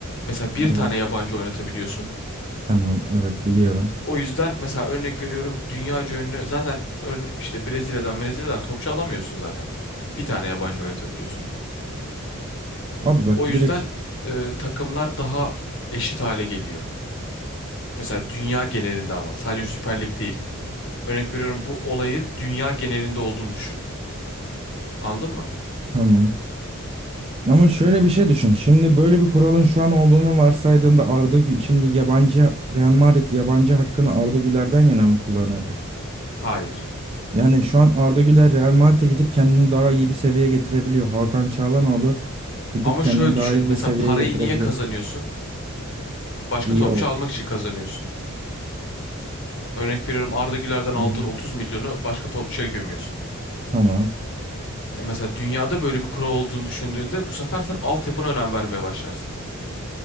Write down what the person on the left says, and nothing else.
Mesela bir tane
yabancı oynatabiliyorsun.
O yüzden mesela örnek veriyorum dünyaca ünlü zaten örne işte Brezilya'dan Brezilya'dan topçu alamıyorsun zaten. Bir tane yabancı oynatabiliyorsun.
O yüzden
e, takımlar daha eşit hale geliyor. Mesela dünya genelinde ama sadece Süper Lig değil. Örnek veriyorum bu olayın dünya genelinde olduğunu düşün. Anladın mı?
Hayır.
Ama
şöyle
düşün.
Mesela
parayı
niye kazanıyorsun? Başka
topçu
almak için kazanıyorsun. Örnek veriyorum Arda Güler'den aldığın
30 milyonu başka topçuya gömüyorsun.
E Mesela dünyada böyle bir kural olduğunu düşündüğünde bu sefer sen altyapına önem vermeye başlarsın.